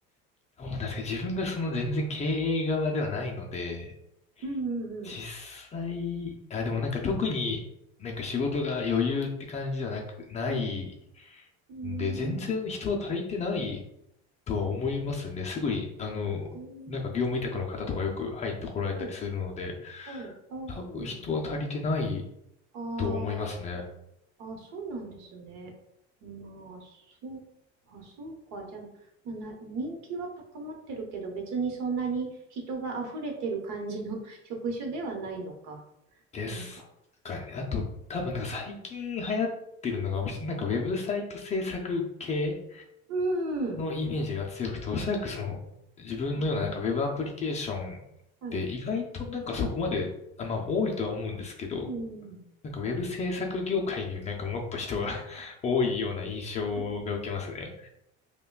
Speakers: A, on the left; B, on the right.
A: そうなんですけど、自分がその全然経営側ではないので、
B: うんうん
A: 実際、あ、でもなんか特になんか仕事が余裕って感じじゃなく、ない
B: うん。うん。
A: んで、全然人は足りてないとは思いますね。すぐに、あの、
B: うーん。
A: なんか業務委託の方とかよく入ってこられたりするので、
B: そう、そう、あ、
A: 多分人は足りてない
B: そうなんだ。あ
A: と思いますね。
B: あ、あ、そうなんですね。まあ、そう、あ、そうか。じゃあ、まあ、な、人気は高まってるけど、別にそんなに人が溢れてる感じの <laughs> 職種ではないのか。
A: ですかね。
B: なんか。
A: あと、多分なんか最近流行ってるのが、なんかウェブサイト制作系
B: うん。
A: のイメージが強くて、おそらくその自分のようななんかウェブアプリケーションっ
B: あ、はい。
A: て意外となんかそこまで、あ、まあ多いとは思うんですけど、
B: うん。
A: なんかウェブ制作業界になんかもっと人が <laughs> 多いような印象が受けますね。
B: あ